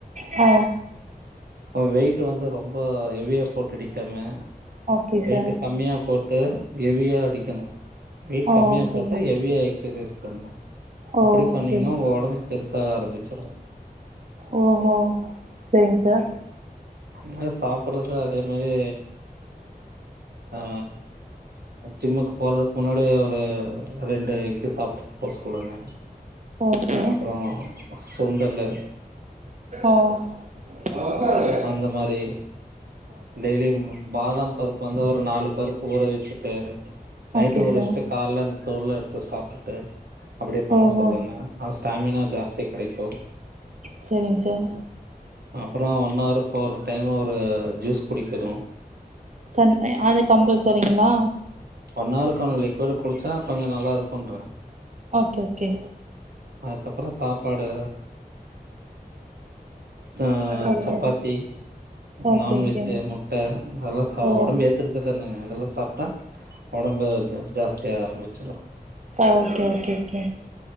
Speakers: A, on the right; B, on the right.
A: ஆ
B: அவர் வெயிட் வந்து ரொம்ப ஹெவியா போட்டுடிங்க மேம்
A: ஓகே
B: வெயிட்டு
A: சார்
B: கம்மியா போட்டு ஹெவியா அடிக்கணு வெயிட்
A: ஓ
B: கம்மியா
A: ஓகே
B: போட்டா ஹெவியா எக்ஸசைஸ் பண்ணனு
A: ஓ
B: அப்டி
A: ஓகே
B: பண்ணீங்கன்னா உங்க உடம்பு பெருசாக ஆரம்பிச்சிடு
A: ஓ ஓ செரிங் சார்
B: ம் சாப்பறது அதே மாரி ஆ ஜிம்முக்கு போறதுக்கு முன்னாடியே ஒரு ரெண்டு எக்கு சாப்ட்டு போ சொல்லுங்க
A: ஓகே
B: அப்போறோ சுண்டலு
A: ஓ அவங்க <unintelligible>
B: அந்த மாரி டெய்லியும் பாதாம் பருப்பா இருந்தா ஒரு நாலு பருப்பு ஊறவச்சுட்டு நைட்டு
A: ஓகே
B: ஒரு
A: சார்
B: <unintelligible> கால்ல அந்த தோல்லா எடுத்து சாப்பிட்டு அப்டியே பண்ண
A: ஓஹோ
B: சொல்லுங்க ஆ ஸ்டாமினா ஜாஸ்தி கெடைக்கு
A: செரிங் சார்
B: அப்பறோ ஒன்னவருக் ஒரு டைமு ஒரு ஜூஸ் குடிக்கணு
A: கண் அ அது கம்ஃபல்சரிங்ளா
B: ஒன்னவருக் அந்த லிக்விடு குடிச்சா கொஞ்சோ நல்லாருக்குன்ற
A: ஓகே ஓகே
B: அதுக்கப்புறோ சாப்பாடு ஆ
A: okay
B: chapati
A: okay
B: non veg,
A: okay
B: முட்ட அதெல்லா சா
A: ஓ
B: ஒடம்பு ஏத்தற த்துகங்க இதெல்லா சாப்ட்டா ஒடம்பு அத் ஜாஸ்தியாக ஆரம்பிச்சுரு
A: ஆ ஓகே ஓகே ஓகே